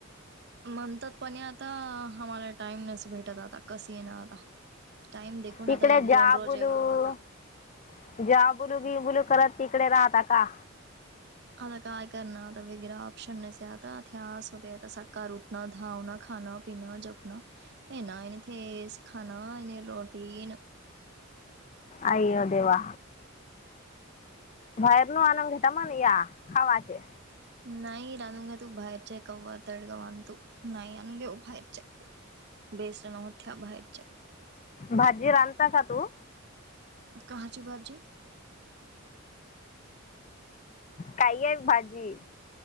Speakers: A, on the right (about 55°); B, on the left (about 35°).
A: म्हणतात पने आता आम्हाला टाईम नस भेटत आता कस येणं आता? टाइम देखून
B: तिकडे
A: आता एक दोन
B: जाबुलू-जाबुलू
A: रोज येवावा आता
B: बिबुलू करत तिकडे राहता का?
A: आता काय करणा आता वगेरे ऑप्शन नसे आता ध्यास होते, आता सका रुटण, धावणं, खानं, पीनं जपण हे ना थेस खाना आणि रोटी न
B: अइयो देेवा बाहेर न आनंद घटा मना या खावाचे
A: नाही रानून घ्या तू बाहेरचे कववा तडगाव आण तू नाही आणून घे बाहेरचे. बेसन होत्या बाहेरच्या.
B: भाजी रांधता का तू?
A: कहाची भाजी?
B: काही आहे भाजी?